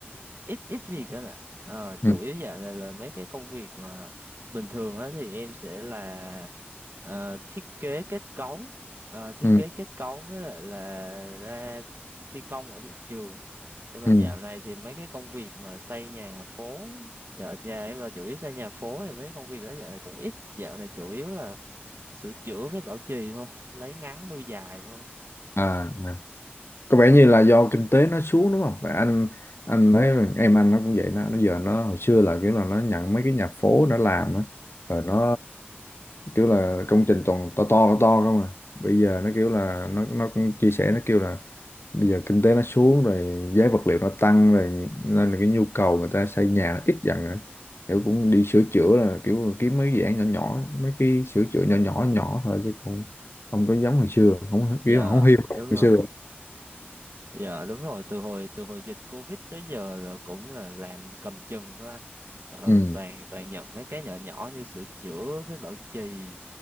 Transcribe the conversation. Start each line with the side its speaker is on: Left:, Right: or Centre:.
Right: ít ít việc đó là Ờ,
Left: ừ,
Right: chủ yếu dạo này là mấy cái công việc mà bình thường á thì em sẽ là ờ, thiết kế kết cấu Ờ, thiết
Left: ừ,
Right: kế kết cấu với lại là ra thi công ở hiện trường nhưng mà
Left: ừ.
Right: dạo này thì mấy cái công việc mà xây nhà phố dạ, nhà em là chủ yếu xây nhà phố thì mấy công việc đó dạo này cũng ít dạo này chủ yếu là sửa chữa với bảo trì thôi lấy ngắn nuôi dài thôi
Left: À, à. có vẻ như là do kinh tế nó xuống đúng không? Tại anh anh thấy em anh nó cũng vậy nó, nó giờ nó hồi xưa là kiểu là nó nhận mấy cái nhà phố nó làm á rồi nó kiểu là công trình toàn to to to không à bây giờ nó kiểu là nó nó cũng chia sẻ nó kêu là bây giờ kinh tế nó xuống rồi giá vật liệu nó tăng rồi nhi- nên là cái nhu cầu người ta xây nhà nó ít dần rồi kiểu cũng đi sửa chữa là kiểu kiếm mấy dự án nhỏ nhỏ mấy cái sửa chữa nhỏ nhỏ nhỏ thôi chứ cũng không có giống hồi xưa không
Right: Dạ
Left: kiểu không hiu
Right: đúng
Left: hồi
Right: rồi
Left: xưa
Right: Dạ đúng rồi, từ hồi từ hồi dịch Covid tới giờ là cũng là làm cầm chừng thôi anh. Ờ,
Left: ừ
Right: toàn toàn nhận mấy cái nhỏ nhỏ như sửa chữa với bảo trì